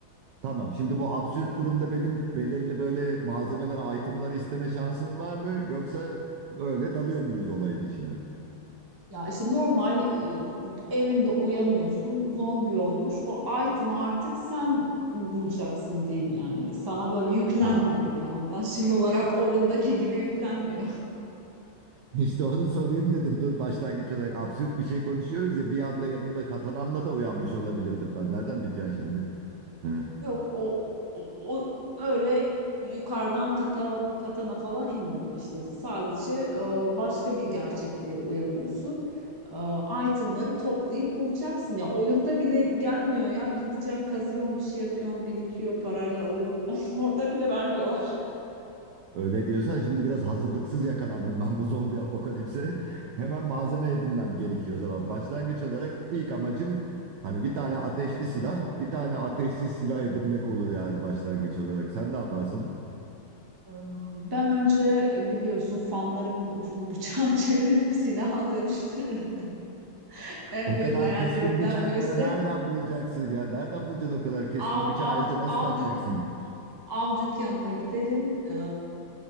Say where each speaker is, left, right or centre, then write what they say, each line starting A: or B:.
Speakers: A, on the right; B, on the right.
A: tamam. Şimdi bu absürt durumda benim belirli böyle malzemeler, itemları isteme şansım var mı? Yoksa öyle dalıyor muyuz olayın içine?
B: Ya işte normal e, evinde uyanıyorsun, zombi olmuş. O item'ı artık sen bulacaksın diyeyim yani. Sana böyle yüklenmiyor
A: Ha
B: bir yandan <laughs> şey olarak oyundaki gibi yüklenmiyor.
A: <laughs> İşte onu sorayım dedim. Dur başlangıç olarak absürt bir şey konuşuyoruz ya bir anda yanımda katanamla da uyanmış olabilirdim ben. Nereden bileceksin şimdi? Hı.
B: <laughs> Yok o, o, o öyle yukarıdan kata, katana falan inmiyor işte. Sadece e, başka bir gerçekliğe uyanıyorsun. E, itemları toplayıp bulacaksın ya. Oyunda bile gelmiyor ya. Gideceksin, kazıyorsun, bir şey yapıyorsun, birikiyor, parayla alıyorsun. <laughs> Orada bile vermiyorlar.
A: Öyle diyorsan şimdi biraz hazırlıksız yakalandım ben bu zombi apokalipse. <laughs> Hemen malzeme edinmem gerekiyor o zaman. Başlangıç olarak ilk amacım hani bir tane ateşli silah, bir tane ateşsiz silah edinmek olur yani başlangıç olarak. Sen ne yaparsın?
B: Ee, Ben önce e, biliyorsun fanlarımın ucunu bıçağa <laughs> çevirip silaha dönüştürürdüm. En
A: O
B: büyük
A: kadar
B: hayallerimden
A: keskin bıçakları
B: birisi
A: nereden bulacaksın ya? Nereden bulacaksın o kadar keskin
B: av
A: bıçağı
B: av
A: ayrıca nasıl
B: av
A: takacaksın?
B: dük av dükkanına giderim. Ee,